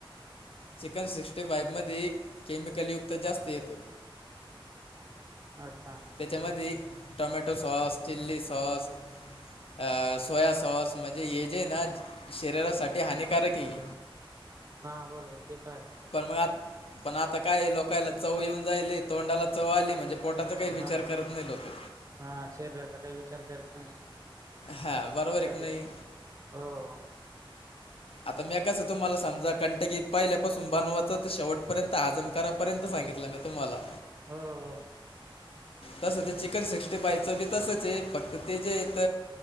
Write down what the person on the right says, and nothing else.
अच्छा!
हा, बरोबर. ते तर आहे.
हा
हा, शरीराचा काही विचार करत नाही.
खरं
ते हो.
हो हो.